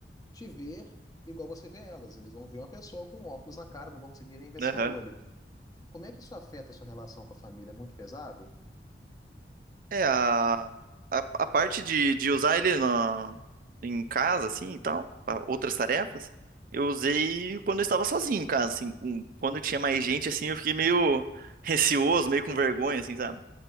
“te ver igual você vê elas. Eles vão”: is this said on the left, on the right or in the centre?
Left